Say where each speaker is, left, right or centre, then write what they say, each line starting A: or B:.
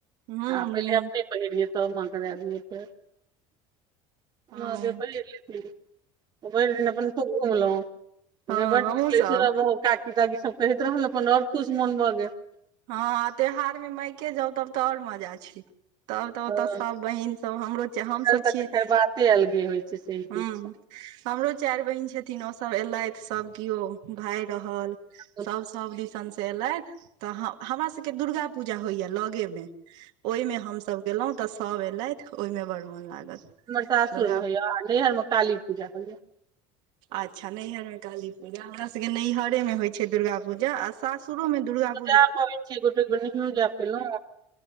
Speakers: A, on the right; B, on the right.
A: हुँ हुँ
B: ह पहिले अब नहि पहिरियै तऽ मा क दिय फेर <inaudible>
A: हँ
B: मा गे पहिर लेभि भैर दिन अपन खूब घुमलौ
A: हँ
B: बड
A: हमहुँ
B: निकलै
A: सब
B: छै त काकी ताकी सब कहैत रहल अपन आओर खुश मोन भऽ गेल
A: हँ त्योहार मे मायके जाउ तब त आओर मजा छै तब त
B: तऽ
A: ओते सब बहिन सब हमरो हमसब
B: एकर तऽ
A: छियै
B: खैर बाते अलगे होइ छै सही कहै
A: हूं
B: छी
A: हमरो चारि बहिन छथिन ओसभ एलथि सभ केओ भाय रहल
B: हँ
A: सभ सभ दिसन से एलथि तऽ हमरा सभके दुर्गा पूजा होइया लगेमे ओहिमे हमसभ गेलौ तऽ सभ एलथि ओहिमे बड़ मोन लागल
B: हमर सासुरमे
A: दुर्गा
B: होइया आ नैहरमे काली पूजा होइए
A: अच्छा नैहरमे काली पूजा हमर सभके नैहरेमे होय छै दुर्गा पूजा आ सासुरो मे दुर्गा पुजा
B: जा पबै छै गोटे ग नहि यो जा पैलो